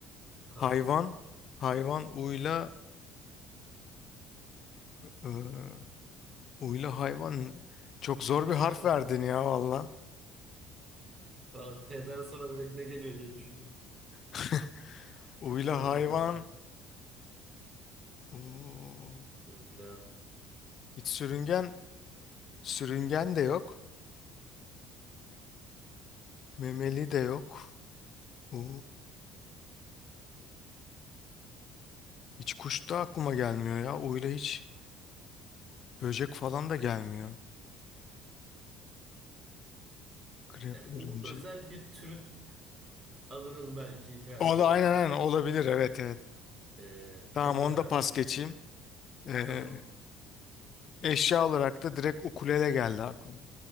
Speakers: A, on the left; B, on the right.
A: Hayvan.
B: Tamam.
A: Hayvan uyla. eee, uyla hayvan. Çok zor
B: <laughs>
A: bir harf verdin ya valla.
B: Vallahi T'den sonra direkt ne geliyor diye düşündüm.
A: <laughs> Uyla
B: Oradan
A: hayvan.
B: yürüdüm.
A: U.
B: U'yla.
A: Hiç sürüngen. Sürüngen de yok. Memeli de yok. U. Hiç kuş da aklıma gelmiyor ya. Oyla hiç böcek falan da gelmiyor. Krep,
B: Yani
A: örümcek.
B: U özel bir türün adının belki ilk harfi
A: O
B: olabilir.
A: da aynen aynen olabilir. Evet evet.
B: Ee,
A: Tamam
B: nedir
A: onu
B: abi?
A: da pas geçeyim. Ee,
B: Tamam.
A: eşya olarak da direkt ukulele geldi aklıma.